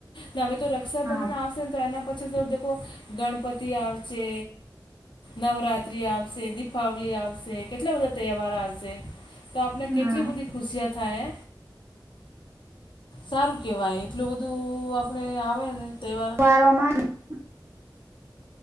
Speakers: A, on the left; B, on the right.
A: હવે. તો રક્ષાબંધન
B: હા
A: આવશે ને તો એના પછી તો દેખો ગણપતિ આવશે નવરાત્ર્રી આવશે, દિપાવલી આવશે કેટલા બધા તહેવાર આવશે. તો આપને કેટલી
B: હા
A: બધી ખુશિયા થાય. સારું કેવાય એટલું બધું આપડે આવે ને તહેવાર
B: પારમાં. <unintelligible>